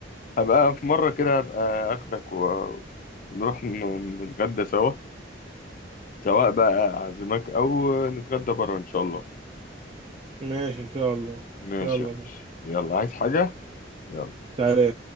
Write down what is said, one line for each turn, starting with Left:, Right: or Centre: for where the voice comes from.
Left: هبقى في مرة كده هبقى آخدك و- ونروح ن- نتغدى سوا سواء بقى أعزمك أو نتغدى بره إن شاء الله
Right: ماشي ان شاء الله
Left: ماشي
Right: يلا
Left: يا باشا
Right: بينا
Left: يلا عايز حاجة؟ يلا
Right: سلام